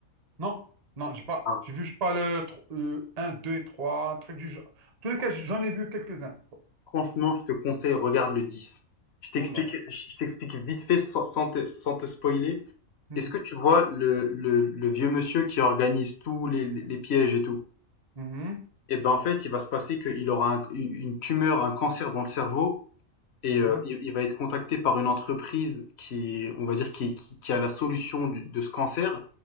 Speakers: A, on the right; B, on the left.
A: Non, non, j'ai pas,
B: Ah,
A: j'ai vu, je sais pas, le tro- le un 2 et 3, un truc du genre. En tous les
B: oh.
A: cas, j'en ai vu quelques-uns.
B: Franchement, je te conseille, regarde le 10. Je t'explique,
A: Oh là.
B: je t'explique vite fait sans, sans te, sans te spoiler.
A: Mhm,
B: Est-ce que tu vois le, le, le vieux monsieur qui organise tous les, les- les pièges et tout?
A: mhm,
B: Eh ben, en fait, il va se passer qu'il aura un- une une tumeur, un cancer dans le cerveau et
A: mhm,
B: euh, il, il va être contacté par une entreprise qui, on va dire, qui, qui, qui a la solution du- de ce cancer.